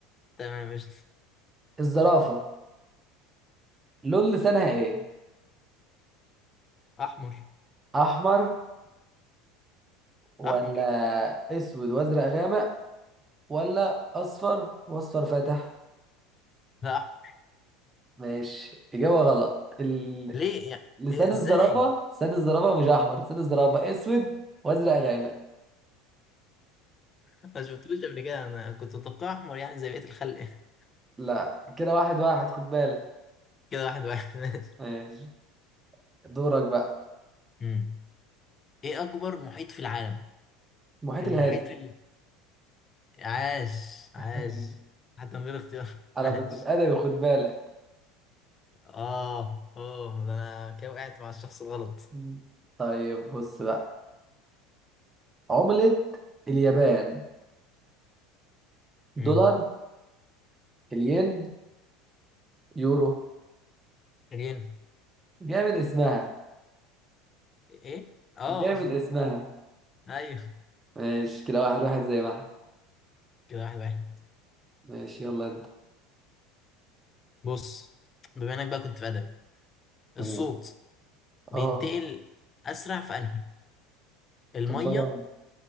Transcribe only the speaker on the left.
تمام مش
احمر
احمر
لا احمر
ليه يعني
إيه ازاي
ما شفتوش قبل كده انا كنت متوقع احمر يعني زي بقية الخلق <laughs>
كده واحد واحد <laughs> ماشي
أمم. ايه اكبر محيط في العالم
المحيط
ال... عاش
عاش حتى من غير اختيار <laughs>
عاش
اه اه ده انا كده وقعت مع الشخص الغلط
امم
ريان
ايه اه
<laughs> ايوه
كده واحد واحد
بص بما انك بقى كنت في ادبي
الصوت بينتقل
اسرع في انهي الميه